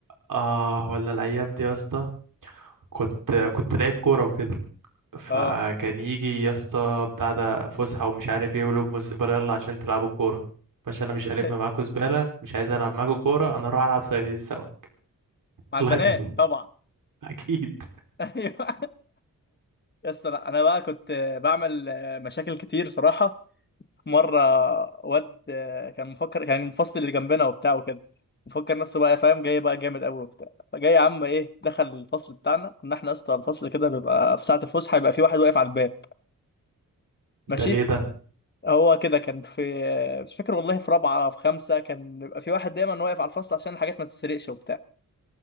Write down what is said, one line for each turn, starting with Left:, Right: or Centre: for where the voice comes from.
Right: اه ولا الايام دي يا اسطى كنت كنت لعيب كورة وكده فكان
Left: اه
Right: يجي يا اسطى بتاع ده فسحة ومش عارف ايه ولب الزبالة يلا عشان تلعبوا كورة باشا انا مش هلم
Left: <laughs>
Right: معاكوا زبالة مش عايز العب معاكوا كورة انا اروح العب صيادين السمك
Left: مع البنات
Right: الله يبارك
Left: طبعا
Right: <laughs> اكيد
Left: <laughs> ايوه يس لا انا بقى كنت بعمل مشاكل كتير صراحه مره واد كان مفكر كان المفصل اللي جنبنا وبتاع وكده مفكر نفسه بقى فاهم جاي بقى جامد قوي وبتاع فجاي يا عم ايه دخل الفصل بتاعنا كنا احنا اصلا الفصل كده بيبقى في ساعه الفسحه يبقى في واحد واقف على الباب
Right: ده
Left: ماشي
Right: ليه ده
Left: هو كده كان في مش فاكر والله في رابعه في خمسه كان بيبقى في واحد دايما واقف على الفصل عشان الحاجات ما تتسرقش وبتاع